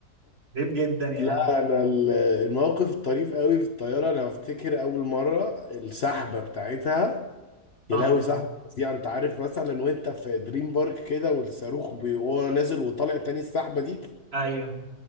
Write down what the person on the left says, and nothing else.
لا أنا ال- الموقف الطريف قوي في الطيارة أنا أفتكر أول مرة السحبة بتاعتها
يا لهوي
سحبة فظيعة أنت عارف مثلا وأنت في دريم بارك كده والصاروخ بي- وهو نازل وطالع تاني السحبة دي